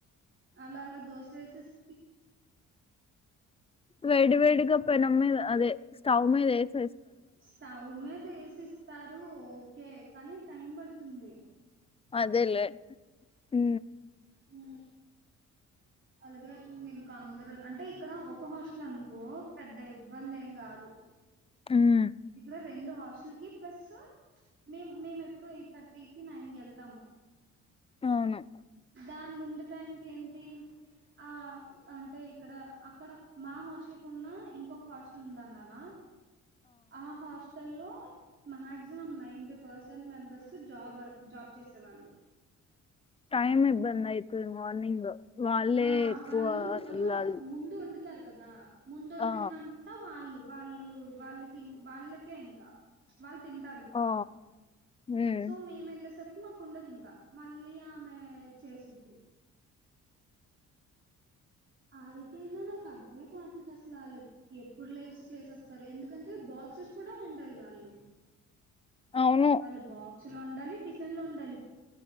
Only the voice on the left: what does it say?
వేడి వేడిగా పెనం మీద అదే స్టవ్ మీద ఏసి
అదేలే ఊ
ఉమ్
అవును
టైమ్ ఇబ్బదయితుంది మార్నింగ్ వాళ్ళే
ఎక్కువ
వెళ్ళాలి
ఆ
ఆ ఉమ్
అవును